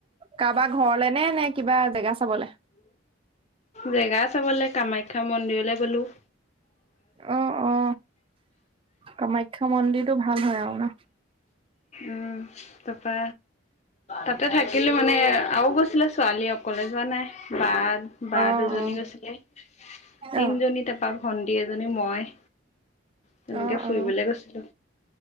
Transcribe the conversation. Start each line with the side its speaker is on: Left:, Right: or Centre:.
Right: কাৰোবাৰ ঘৰলে নে নে কিবা জেগা চাবলে?
Left: জেগা চাবলৈ কামাখ্যা মন্দিৰলে গ'লো।
Right: অ, অ, কামাখ্যা মন্দিৰটো ভাল হয় আৰু ন'
Left: উম, তাৰপা তাতে থাকিলো মানে আৰু গৈছিলে ছোৱালী অকলে যোৱা নাই বা বা
Right: অ',
Left: দুজনী
Right: অ',
Left: গৈছিলে তিনিজনী
Right: অ',
Left: তাৰপা ভন্টি এজনী মই। তেনেকে
Right: অ,
Left: ফুৰিবলে
Right: অ,
Left: গৈছিলো